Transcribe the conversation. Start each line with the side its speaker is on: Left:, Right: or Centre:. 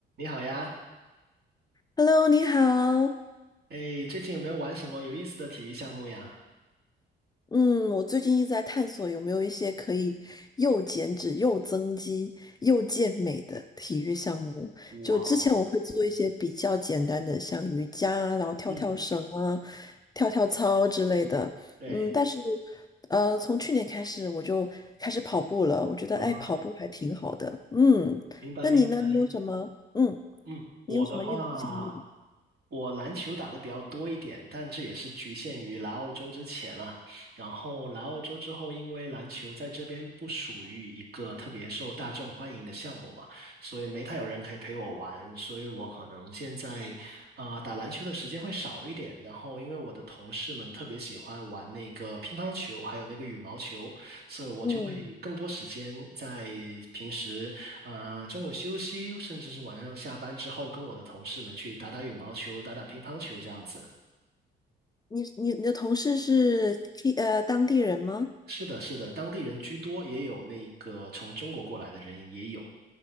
Right: 你好呀，
Left: Hello，你好。
Right: 哎，最近有没有玩什么有意思的体育项目呀？
Left: 嗯，我最近一直在探索有没有一些可以又减脂、又增肌、又健美的体育项目。
Right: 哇哦，
Left: 就之前我会做一些比较简单的，像瑜伽啊然后跳跳绳啊、
Right: 嗯
Left: 跳跳操之类的。
Right: 对，
Left: 嗯，但是，呃，从去年开始我就开始跑步了。我觉得，
Right: 啊，
Left: 哎，跑步还挺好的。嗯，
Right: 明白明白。
Left: 那你呢？你有什么？嗯，
Right: 嗯，我的话，
Left: 你有什么运动项目？
Right: 我篮球打的比较多一点，但这也是局限于来澳洲之前了。然后来澳洲之后，因为篮球在这边不属于一个特别受大众欢迎的项目嘛，所以没太有人可以陪我玩，所以我可能现在啊、呃打篮球的时间会少一点。然后因为我的同事们特别喜欢玩那个乒乓球，还有那个羽毛球，所以我就会更多时间在平时。
Left: 嗯，
Right: 啊，中午休息，甚至是晚上下班之后，跟我的同事们去打打羽毛球、打打乒乓球这样子。
Left: 你你你的同事是 T 呃当地人吗？
Right: 是的，是的，当地人居多，也有那个从中国过来的人也有，